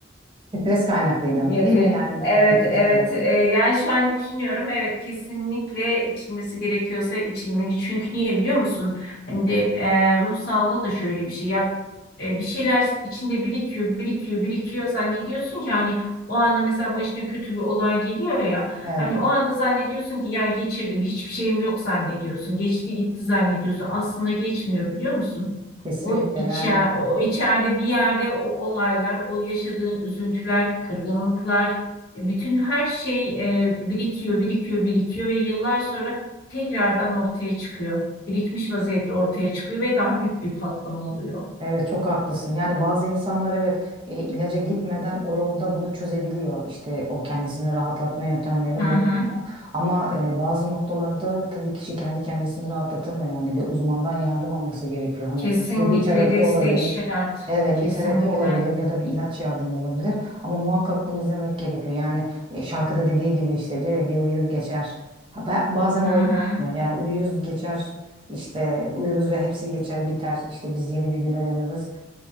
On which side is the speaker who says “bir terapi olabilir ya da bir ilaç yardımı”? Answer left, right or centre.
Right